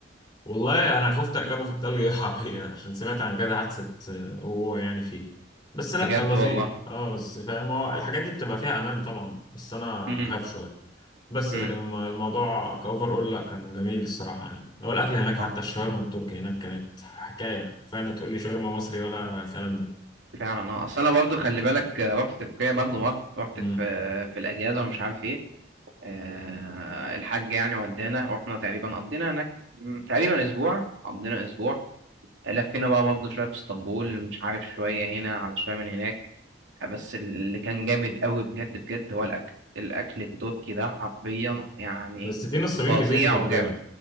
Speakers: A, on the left (about 25°); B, on the right (about 80°).
A: والله انا خفت اركبه في التلج يقع بيا <laughs> عشان سمعت عن كذا حادثه آه، وهو يعني فيه بس لا
B: بجد
A: كان لطيف
B: والله
A: اه بس فاهم هو الحاجات دي بتبقى فيها امان طبعا بس انا
B: امم
A: بخاف شويه بس
B: امم
A: لكن الم- الموضوع كاوفر اول لا كان جميل الصراحه يعني هو الاكل هناك حتى
B: اه
A: الشاورما التركي هناك كانت حكايه فعلا تقول لي شاورما مصري ولا الكلام
B: فعلا اه اصل انا برضه خلي بالك آه، رحت تركيا برضه مره رحت
A: ده
B: في آه، في الاجازه ومش عارف ايه آه، الحاج يعني ودانا واحنا تقريبا قضينا هناك م، تقريبا اسبوع قضينا اسبوع لفينا بقى برضه شويه في اسطنبول مش عارف شويه هنا على شويه من هناك بس اللي كان جامد قوي بجد بجد هو الاكل الاكل التركي ده حرفيا يعني
A: بس في نصابين
B: فظيع
A: كتير في تركيا
B: وجامد